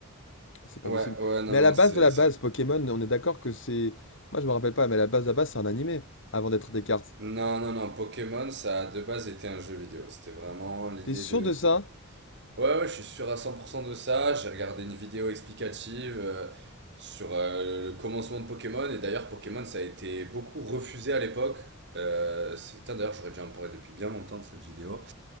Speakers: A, on the left; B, on the right.
A: C'est pas
B: Ouais,
A: possible.
B: ouais, non,
A: Mais à
B: non,
A: la base
B: c'est,
A: de la
B: c'est...
A: base, Pokémon, on est d'accord que c'est. Moi, je me rappelle pas, mais à la base de la base, c'est un animé avant d'être des cartes.
B: Non, non, non, Pokémon, ça a de base été un jeu vidéo. C'était vraiment l'idée
A: T'es sûr
B: de,
A: de
B: de,
A: ça?
B: Ouais, ouais, je suis sûr à 100% de ça. J'ai regardé une vidéo explicative euh, sur euh, le commencement de Pokémon. Et d'ailleurs, Pokémon, ça a été beaucoup refusé à l'époque. Euh, c'est- putain, d'ailleurs, j'aurais déjà en parlé depuis bien longtemps de cette vidéo.